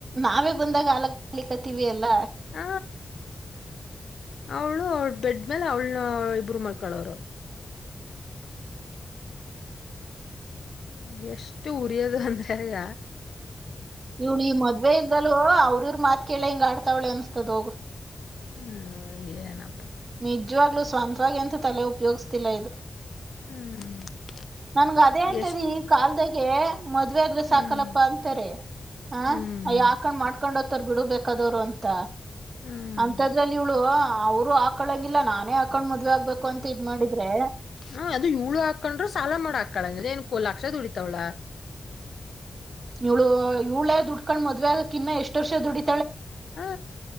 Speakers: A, on the right; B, on the left.
A: ನಾವೇ ಬಂದಾಗಲ ಹಾಲ್ ಕಲಿ ಕತ್ತೀವಿಲ್ಲ ಇಲ್ಲ
B: ಹ ಅವಳು ಅವಳ ಬೆಡ್ ಮೇಲೆ ಅವಳನ ಇಬ್ರು ಮಲ್ಕೋ ರವರು ಹ್ಮ ಎಷ್ಟು ಉರಿಯೋದ ಅಂದ್ರೆಯ
A: ಇವ್ಳ ಇ ಮದ್ವೆ ಇ್ದಲ್ ಅವ್ರ ಇವ್ರ ಮಾತ್ ಕೆಳ ಹಿಂಗ ಆಡ್ತಾವಳೆ ಅನ್ಸ್ತದ ಹೋಗು
B: ಹ್ಮ್ ಏನಪ್ಪಾ
A: ನಿಜವಾಗ್ಲೂ ಸ್ವಂತವಾಗಿ ಅಂತ ತಲೆ ಉಪಯೋಗಿಸ್ತಿಲ್ಲ ಇದು
B: ಹ್ಮ್
A: ನನ್ಗ ಅದೇ ಅತದೆ
B: ಎಷ್ಟ
A: ಈ ಕಾಲ್ದಾಗೆ ಮದ್ವೆ ಆದ್ರ
B: ಹ್ಮ್
A: ಸಾಕಲ್ಲಪ್ಪ ಅಂತಾರೆ ಹ
B: ಹ್ಮ್
A: ಯಾಕಂಡ್ ಮಾಡ್ಕೊಂಡ ಬಿಡು ಬೇಕದವ್ರು ಅಂತ
B: ಹ್ಮ್
A: ಅಂತದ್ರಲ್ಲಿ ಇವಳು ಅವರು ಆಾಳಂಗಿಲ್ಲ ನಾನೇ ಹಕೊಂಡ್ ಮದ್ವೆ ಆಗ್ಬೇಕು ಅಂತ ಇದ್ ಮಾಡಿದ್ರೆ
B: ಹಾ ಅದು ಇವಳು ಹಾಕೊಂಡ್ರೆ ಸಾಲ ಮಾಡ ಕಳ ಏನ್ ಕೊ ಲಕ್ಷ ದುಡಿತವಳ
A: ಇವಳು ಇವಳೇ ದುಡ್ಕೊಂಡ್ ಮದ್ವೆಗಕಿನ್ನ ಎಷ್ಟು ವರ್ಷ ದುಡಿ
B: ಹಾ